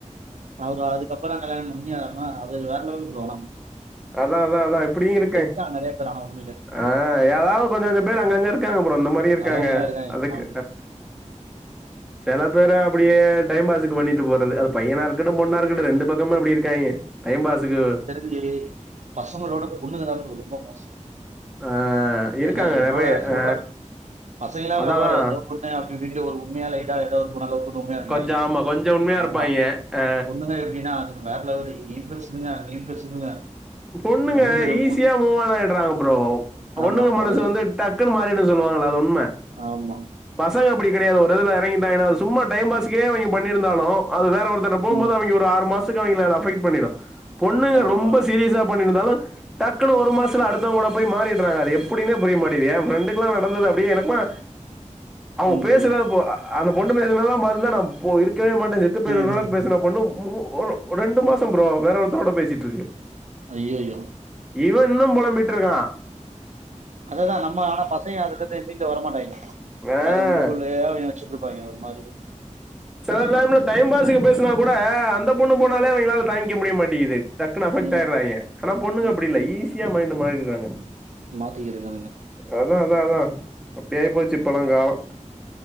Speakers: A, on the right; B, in the centre.
A: அவ அதுக்கப்புறம் கல்யாணம் பண்ணி அதலா அது வேற லேவல் ப்ரோ
B: அதா அதா அதா எப்டியும் இருக்கே
A: தத்தா நெறய <unintelligible>
B: ஆ ஏதாவது கொஞ்ச கொஞ்ச பேர் அங்கங்க இருக்காங்க ப்ரோ இந்த மாரி இருக்காங்க
A: நல்லவங்கலாம்
B: அதுக்கு
A: ஆமா.
B: செல பேர் அப்டியே டைம் பாஸுக்கு பண்ணிட்டு போறது அது பையனா இருக்கட்டு பெண்ணா இருக்கட்டும் ரெண்டு பக்கமே அப்டி இருக்கு இருக்காங்கே டைம் பாஸ்க்கு
A: செரி பசங்களோட பொண்ணுங்க தா ப்ரோ ரொம்ப மோசம்
B: ஆ இருக்காங்க
A: ஏன்னா என்னோட
B: நெறைய
A: சொல்ற
B: ஆ
A: பசங்கல்லாம்
B: அதாதா
A: பரவால்ல எதோ <unintelligible> அப்டி அப்டின்ட்டு ஒரு உண்மைய லைட்டா ஏதாவுது ஒரு பொண்ண லவ் <unintelligible> இருந்தேன்
B: கொஞ்சோ ஆமா கொஞ்சோ உண்மையா இருப்பாய்ங்க
A: ஆமா
B: ஆ
A: பொண்ணுங்க எப்டின்னா அது வேற லெவலு இங்கயு பேசுதுங்க அங்கயு பேசுதுங்க
B: பொண்ணுங்க
A: ஒண்ணுக்கு ரெ
B: ஈஸியா மூவாயிறாங்க ப்ரோ
A: ஆமா
B: பொண்ணுங்க
A: அவ்வளவுதான்.
B: மனசு வந்து டக்குன்னு மாறிடுன்னு சொல்லுவாங்களா அது உண்ம
A: ஆமா
B: பசங்க அப்டி கெடையாது ஒரு இதுல இறங்கிட்டாங்கேனா சும்மா டைம் பாஸுங்கே அவங்கே பண்ணிருந்தாலும் அது வேற ஒருத்தர் போம்போது
A: ம்.
B: அவங்க ஒரு ஆறு மாசத்துக்கு அவங்கள அது அபெக்ட் பண்ணிடும் பொண்ணுங்க
A: கண்டிப்பா.
B: ரொம்ப சீரிஸா பண்ணிருந்தாலும் டக்குனு ஒரு மாசத்துல அடுத்தவே கூட போய் மாறிறாங்க அது எப்டினே புரியமாட்டிது என் ப்ரெண்டுக்குல்லாம் நடந்தது அப்டியே எனக்குல்லாம் அவங்க
A: ம்,
B: பேசுற
A: ம்.
B: தா ப்ரோ அந்த பொண்ணு பேசுனதலா பாத்தினா நான் இருக்கவே மாட்டேன் செத்து பேயிருவே
A: ம்,
B: கூட
A: ம்.
B: பேசின பொண்ணு ஒரு ரெண்டு மாசம் பரோ வேற ஒருத்தோட பேசிட்டு இருக்கு
A: ஐய்ய்யோ
B: இவன் இன்னும் புலம்பிட்டு இருக்கா
A: அததான் நம்ம அதுல இருந்து நீங்க வரமாட்டாங்க
B: ஆ
A: அது உள்ளுகுள்ளயே வச்சுட்டு இருப்பாங்க ஒரு மாதிரி
B: செல டைம்ல டைம்பாசுக்கு பேசினா கூட அந்த பொண்ணு போனாலே அவங்களால தாங்கிக்க முடிய மாட்டேது டக்குனு அபக்ட்
A: ம்,
B: ஆயறாங்கனா பொண்ணுங்க
A: ம்.
B: அப்டி ஈஸி யா மைண்ட் மாறிறாங்க
A: மாத்திக்கிறதுங்க அதுங்க
B: அதான் அதான் அதான் அப்டி ஆயி போச்சு இப்பல்லாம் காலம்